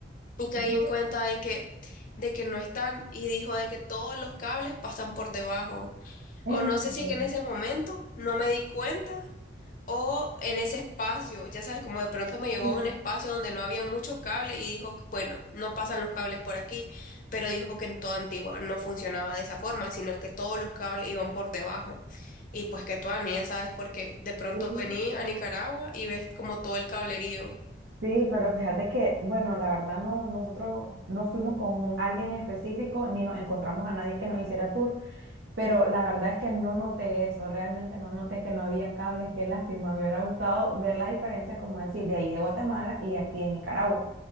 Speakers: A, on the left; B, on the right.
A: Y caí
B: Es que,
A: en cuenta de que, de que no están. Y dijo de que todos los cables pasan por debajo.
B: en
A: O no
B: serio.
A: sé si es que en ese momento no me di cuenta o en ese espacio, ya sabes, como de pronto me llevó
B: Sí,
A: a un espacio donde no habían muchos cables y dijo, bueno, no pasan los cables por aquí, pero dijo que en toda Antigua no funcionaba de esa forma, sino que todos los cables iban por debajo. Y pues que tú, Ani, ya sabes, porque de pronto
B: Sí,
A: vení a Nicaragua y ves como todo el cablerío.
B: Sí, pero fíjate que, bueno, la verdad no, nosotros no fuimos con un- alguien en específico ni nos encontramos a nadie que nos hiciera tour, pero la verdad es que no noté eso, realmente no noté que no había cables, qué lástima, me hubiera gustado ver la diferencia, como decir, de ahí de Guatemala y aquí de Nicaragua.